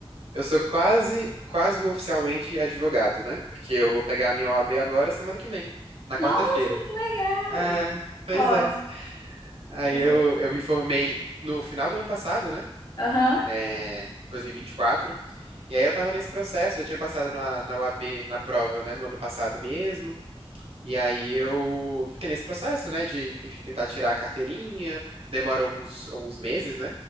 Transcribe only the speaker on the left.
Nossa,
que legal!
Ótimo.
Nossa,
legal.
Aham.